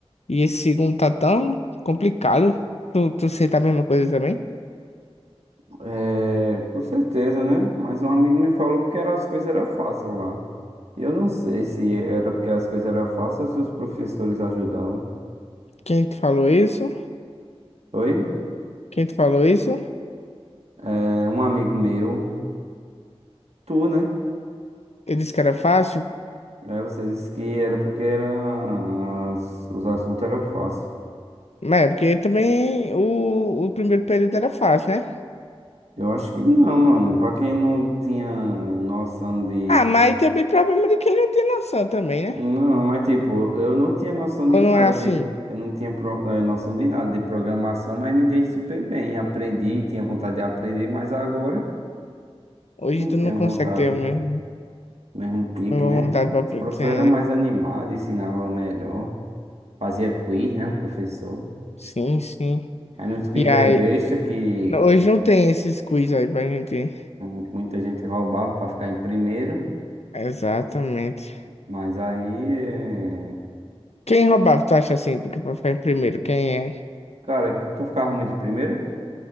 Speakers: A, on the left (about 80°); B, on the right (about 80°).
A: e esse segundo tá tão complicado. Tu, tu sente a mesma coisa também?
B: É, com certeza, né? Mas um amigo me falou porque era, as coisas eram fáceis lá. E eu não sei se era porque as coisas eram fáceis ou se os professores ajudavam.
A: Quem te falou isso?
B: Oi?
A: Quem te falou isso?
B: É, um amigo meu, tu, né?
A: Eu disse que era fácil,
B: É, você disse que era porque era, as- os assuntos eram fáceis.
A: mas é porque também o, o primeiro período era fácil, né?
B: Eu acho que não, mano. Pra quem não tinha noção de.
A: Ah, mas também problema de quem não tem noção também,
B: Não,
A: né?
B: mas tipo, eu não tinha noção
A: Ou
B: de
A: não
B: nada
A: é assim?
B: de. Eu não tinha pro- eh, noção de nada de programação, mas me dei super bem. Aprendi, tinha vontade de aprender, mas agora
A: Hoje
B: não
A: tu
B: tenho
A: não consegue
B: vontade.
A: ter o mesmo,
B: Mesmo pique,
A: a mesma
B: né?
A: vontade pra aprender.
B: Os professores eram mais animados, ensinavam melhor. Fazia quiz, né? O professor.
A: Sim, sim.
B: Aí nos quiz
A: E aí,
B: velho besta, que
A: Não, Hoje não tem esses quiz aí pra gente.
B: eh, muita gente roubava pra ficar em primeiro.
A: Exatamente.
B: Mas aí. É...
A: Quem roubava, tu acha assim? Porque pra ficar em primeiro, quem é?
B: Cara, tu ficava muito em primeiro?